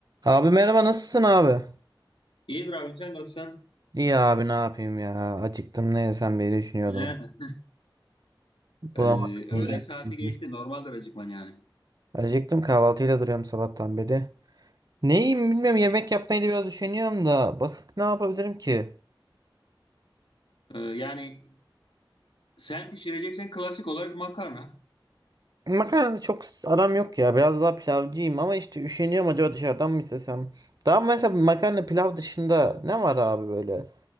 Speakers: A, on the right; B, on the left.
A: Abi merhaba nasılsın abi?
B: İyidir abi sen nasılsın?
A: İyi abi ne yapayım ya. Acıktım ne yesem diye düşünüyordum.
B: Yani,
A: Bulamadım
B: e, öğle
A: yiyecek
B: saati
A: bir
B: geçti.
A: şey.
B: Normaldir acıkman yani.
A: Acıktım kahvaltıyla duruyorum sabahtan beri. Ne yiyeyim bilmiyorum yemek yapmayı da biraz düşünüyorum da basit ne yapabilirim ki?
B: E, yani sen pişireceksen klasik olarak makarna.
A: Makarna da çok aram yok ya. Biraz daha pilavcıyım ama işte üşeniyorum acaba dışarıdan mı istesem? Daha mesela makarna pilav dışında ne var abi böyle